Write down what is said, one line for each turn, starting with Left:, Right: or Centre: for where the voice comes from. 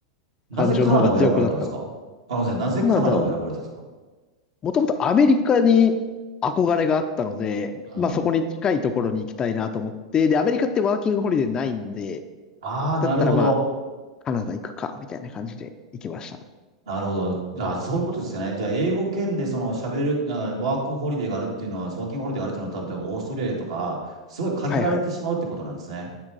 Left: 感情の方が強くなったので。
Right: なぜカナダを選ばれたんですかあのですねなぜカナダを選ばれたんですか
Left: カナダはももともとアメリカに憧れがあったので、
Right: うん。
Left: まあそこに近いところに行きたいなと思って、で、アメリカってワーキングホリデーないんで、
Right: ああ、なるほど。
Left: だったらまあカナダ行くか、みたいな感じで行きました。
Right: なるほど。じゃあ、そういうことですよね。じゃあ、英語圏でその喋れる、なんかワークホリデーがあるっていうのは、ワーキングホリデーがあるっていうのは、多分多分オーストリアとか、すごい限られてしまうってことなんですね。
Left: はいはい。